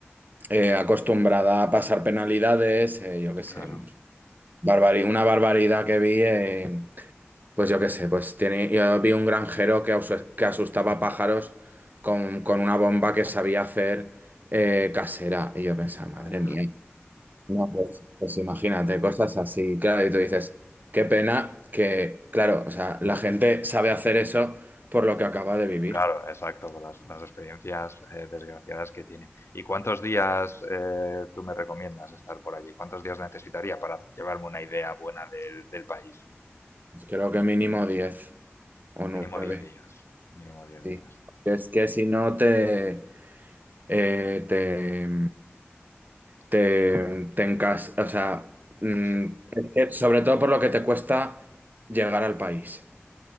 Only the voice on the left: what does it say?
claro.
A
ver,
Claro, exacto, por las, las experiencias eh, desgraciadas que tiene. ¿Y cuántos días eh, tú me recomiendas estar por allí? ¿Cuántos días necesitaría para llevarme una idea buena del, del país?
Mínimo 10 días, mínimo diez
días.
Sí.